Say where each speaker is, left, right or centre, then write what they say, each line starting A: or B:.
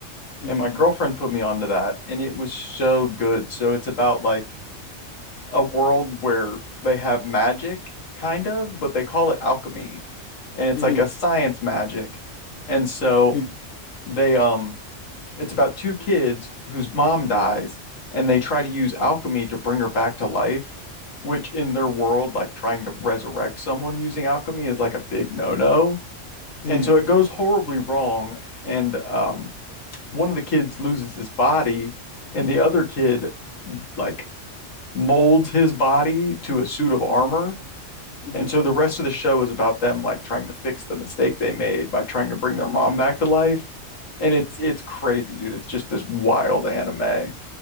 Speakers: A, on the left; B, on the left.
A: Mm,
B: and my girlfriend put me onto that, and it was so good. So it's about like a world where they have magic, kind of, but they call it alchemy, and it's
A: mm,
B: like a science magic. And so
A: mm,
B: they um, it's about two kids whose mom dies, and they try to use alchemy to bring her back to life. Which in their world, like trying to resurrect someone using alchemy is like a big no-no.
A: mm,
B: And so it goes horribly wrong. And um, one of the kids loses his body, and the other kid, like, molds his body to a suit of armor.
A: mm.
B: And so the rest of the show is about them like trying to fix the mistake they made by trying to bring their mom back to life. And it's it's crazy, dude. It's just this wild anime.